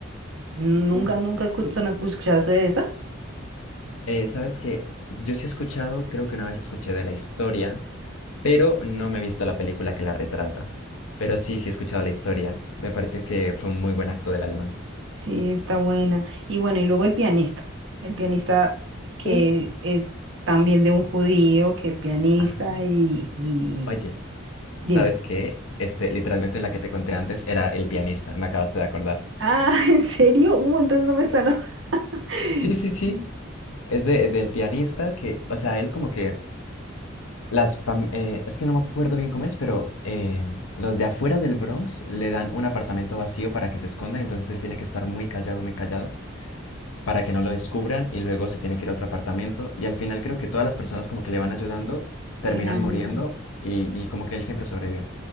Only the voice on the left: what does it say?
Uf.
Eh, ¿sabes qué? Yo sí he escuchado, creo que una vez escuché de la historia pero no me he visto la película que la retrata. Pero sí, sí he escuchado la historia. Me parece que fue un muy buen acto del alemán.
Uh,
Ajá.
Oye,
¿sabes qué? Este, literalmente la que te conté antes era El pianista, me acabaste de acordar.
Sí, sí, sí. Es de, del pianista que, o sea, él como que las fam- eh, es que no me acuerdo bien cómo es, pero eh, los de afuera del Bronx le dan un apartamento vacío para que se esconda, entonces él tiene que estar muy callado, muy callado. para que no lo descubran y luego se tiene que ir a otro apartamento. Y al final creo que todas las personas como que le van ayudando terminan
muriendo y, y como que él siempre sobrevive.